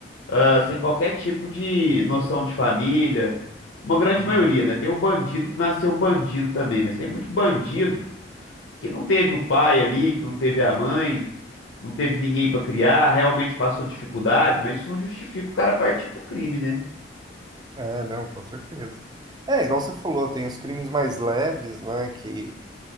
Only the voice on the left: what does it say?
ah, sem qualquer tipo de noção de família. Uma grande
maioria, né? Tem o bandido que nasceu bandido também, mas tem muito bandido. que não teve o pai ali, que não teve a mãe, não teve ninguém pra criar, realmente passou dificuldade, mas isso não justifica o cara partir pro crime, né?